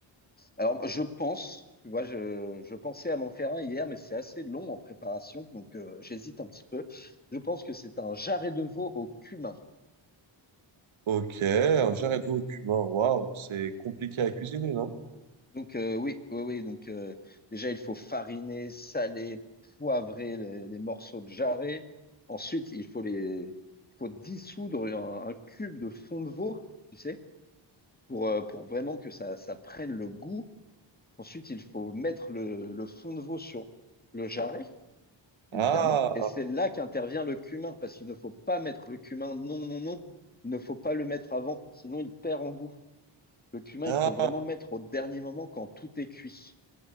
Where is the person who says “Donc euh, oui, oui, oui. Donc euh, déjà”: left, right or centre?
Left